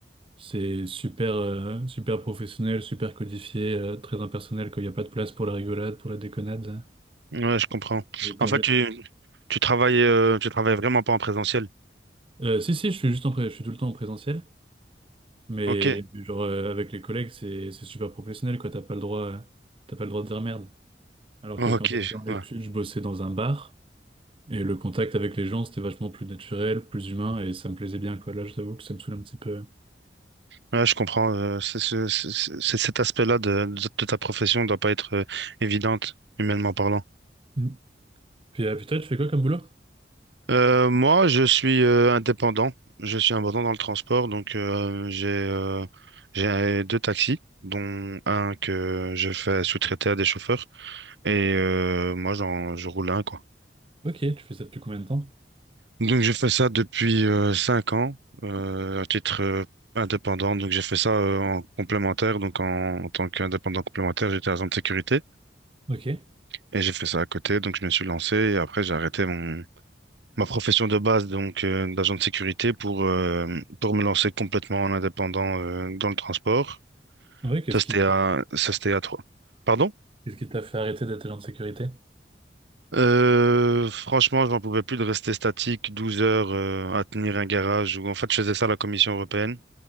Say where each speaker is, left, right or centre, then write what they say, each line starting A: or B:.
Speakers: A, on the right (about 30°); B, on the right (about 80°).
A: C'est super, euh, super professionnel, super codifié, euh, très impersonnel, qu'il n'y a pas de place pour la rigolade, pour la déconnade.
B: Ouais, je comprends.
A: Donc, euh, quand
B: En fait,
A: j'ai-
B: tu, tu travailles, euh, tu travailles vraiment pas en présentiel.
A: Euh, si, si, je suis juste en pré- je suis tout le temps en présentiel, mais
B: Ok,
A: genre euh, avec les collègues, c'est c'est super professionnel, quoi. T'as pas le droit, euh, t'as pas le droit de dire merde. Alors
B: ok,
A: que quand j'étais en études,
B: ouais.
A: je bossais dans un bar et le contact avec les gens, c'était vachement plus naturel, plus humain et ça me plaisait bien, quoi. Là, je t'avoue que ça me saoule un petit peu.
B: Ouais, je comprends. euh, c'est, c'est- c'est- c'est- cet aspect-là de, de, de ta profession doit pas être euh, évidente, humainement parlant.
A: Mm. Puis, euh, puis toi, tu fais quoi comme boulot?
B: Euh, moi, je suis euh, indépendant. Je suis indépendant dans le transport, donc euh, j'ai euh, j'ai deux taxis, dont un que je fais sous-traiter à des chauffeurs, et euh, moi, j'en, je roule un, quoi.
A: Ok, tu fais ça depuis combien de temps?
B: Donc, je fais ça depuis euh, cinq ans, euh, à titre euh, indépendant. Donc, j'ai fait ça euh, en complémentaire. Donc, en, en tant qu'indépendant complémentaire, j'étais agent de sécurité,
A: Ok.
B: et j'ai fait ça à côté. Donc, je me suis lancé, et après, j'ai arrêté mon ma profession de base, donc euh, d'agent de sécurité, pour, euh, pour me lancer complètement en indépendant euh, dans le transport.
A: Ouais, qu'est-ce
B: Ça, c'était
A: qui...
B: à, ça, c'était à trois. Pardon?
A: Qu'est-ce qui t'a fait arrêter d'être agent de sécurité?
B: Euh, franchement, je n'en pouvais plus de rester statique 12 heures euh, à tenir un garage. Ou en fait, je faisais ça à la Commission européenne.